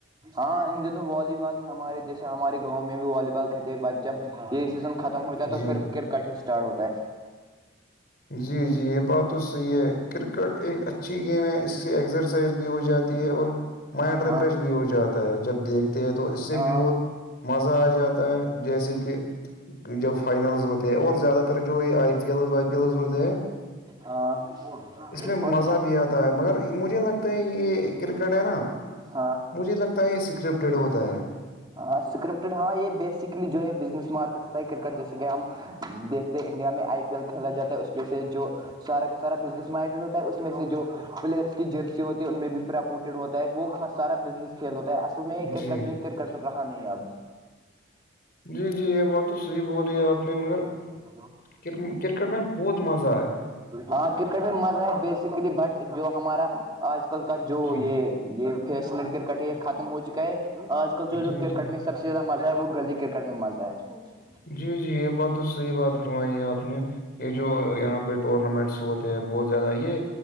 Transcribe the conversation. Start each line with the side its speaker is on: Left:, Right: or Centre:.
Right: ہاں ان دنوں والی بال ہی ہمارے جیسے ہمارے گاؤں میں بھی والی بال کھیتے ہیں بچ جب یہی سیزن ختم ہوتا ہے
Left: جی
Right: تو پھر کرکٹ ہی اسٹارٹ ہوتا ہے
Left: جی جی یہ بات تو صحیح ہے کرکٹ ایک اچا اچھی گیم ہے اس سے ایکسرسائز بھی ہو جاتی ہے اور مائنڈ ریفریش
Right: ہاں
Left: بھی ہو جاتا ہے جب دیکھ تو اس سے
Right: ہاں
Left: بھی بہت مزہ آ جاتا ہے جیسے کہ جب فائنلز ہوتے ہیں اور زیادہ تر جو یہ آئی پی ایل و پی کیاز ہوتے ہے ہیں
Right: ہاں
Left: اس میں
Right: اور
Left: مزہ بھی آتا ہے مگر مجھے لگتا ہے یہ کرکٹ ہے نا
Right: ہاں
Left: مجھے لگتا ہے یہ اسکرپٹیڈ ہوتا ہے
Right: ہاں اسکرپٹڈ ہاں یہ بیسکلی جو ہے بزنس مارکیٹ ہوتا ہے کرکٹ جیسے کہ ہم دیکھتے انڈیا میں آئی پی ایل کھیلا جاتا ہے اس میں سے جو سارا کا سارا بزنس مائنڈیڈ ہوتا ہے اس میں سے جو پلیئرس کی جرسی ہوتی ہے ان میں بھی پرموٹ ہوتا ہے وہ سارا بزنس کھیلو تو اصل م کررکٹ
Left: جی
Right: ج کرکٹ ر رہاہان آب
Left: جی جی یہ بات تو صحیح بولی ہے آپ نے مگر
Right: <unintelligible>
Left: کرکٹ میں بہت مزہ ہے
Right: ہاں کرکٹ میں مزہ ہے بیسیکلی بٹ جو ہمارا آج کل کا جو
Left: جی
Right: یہ یہ فیشنٹ کرکٹ یہ ختم ہو چکا ہے آج کل جو جو
Left: جی
Right: کرکٹ
Left: جی
Right: میں سب سے زیادہ مزہ ہے وہ گلی کرکٹ میں مزہ ہے
Left: جی جی یہ بات تو صحیح بات فرمائی ہے آپ نے یہ جو یہاں بی ٹورنامنٹس ہوتے ہیں بہت زیادہ یہ